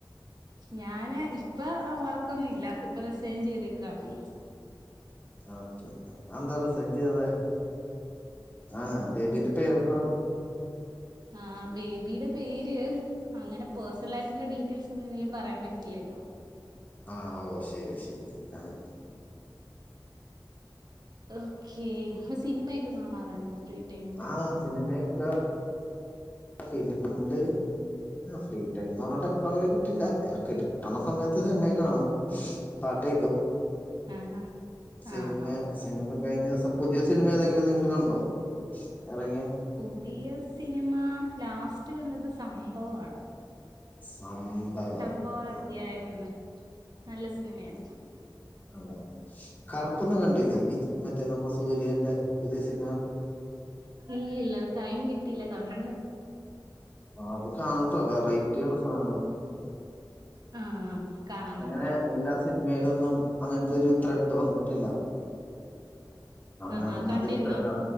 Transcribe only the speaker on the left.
ഓക്കെ ആ എന്താ റിസൈൻ ചെയ്തത്? ആഹാ ബേബിന്റെ പേരെന്താ?
ആ ഓ ശെരി ശെരി ആയിക്കോ
ആ സിനിമയൊക്കെ ഫിലിംമ് ല് ആ ഫ്രീ ടൈം അവടെ എപ്പളും കിട്ടില്ല കിട്ടണ സമയത്ത് സിനിമയൊക്ക കാണും. പാട്ടേക്കും
സിനിമ
സിനിമ
കഴിഞ്ഞ ദിവസം പുതിയ സിനിമ ഏതെങ്കിലും നിങ്ങള് കണ്ടോ? ഇറങ്ങിയ
സംഭവം
ആ
അല്ലെ കറുപ്പൊന്നും കണ്ടില്ലേ
വി മറ്റേ നമ്മുടെ സൂര്യന്റെ വിജയ് സി
അത് കാണട്ടോ വെറൈറ്റിയാണ് സാധനം
അങ്ങനെ
എല്ലാ സിനിമയിലൊന്നും അങ്ങനത്തെരു ത്രെട്ട് വന്നിട്ടില്ല അങ്ങ
അമ്മതിരുത്രണ്ട